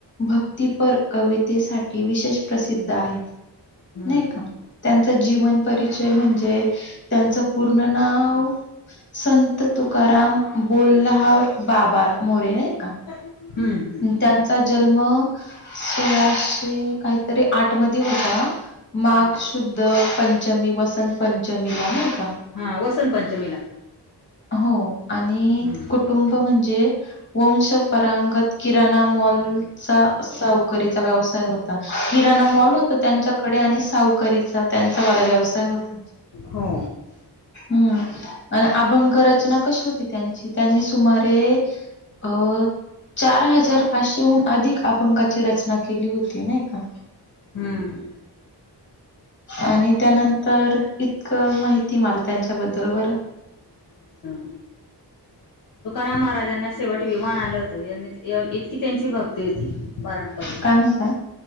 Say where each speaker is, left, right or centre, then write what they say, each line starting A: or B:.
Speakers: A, on the left; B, on the left.
A: भक्तीपर कवितेसाठी विशेष प्रसिद्ध आहे.
B: हम्म
A: नाही का त्यांचा जीवन परिचय म्हणजे त्यांच पूर्ण नाव संत तुकाराम बोल्हार बाबा मोरे. नाही
B: <unintelligible>
A: का.
B: हम्म
A: त्यांचा जन्म सोळाशे काहीतरी आठ मध्ये होता माघ
B: हम्म
A: शुद्ध प पंचमी वसंत पंचमीला, नाही का.
B: हा वसंत पंचमीला.
A: हो आणि
B: हम्म
A: कुटुंब म्हणजे वंशपरांगत की किराणा मॉलचा साव सावकरीचा चा व्यवसाय होत किरना मॉल त्यांच्याकडे आणि सावकारीचा त्यांचा वाढदिवस होत
B: हो.
A: हम्म आणि भंगरचना कशी होती त्यांची त्यांनी सुमारे अ चार हजार पाचशेहून अधिक अभंगाची रचना केली होती ना का?
B: हम्.
A: आणि त्यानंतर इतकं माहिती मला त्यांच्या त्याच्याबद्दल बरं.
B: अचा तू कारा माराज ना शेवट विमान आलं होतं इतकी त्यांची भक्ती होती पारंपरिक
A: काय म्हणता?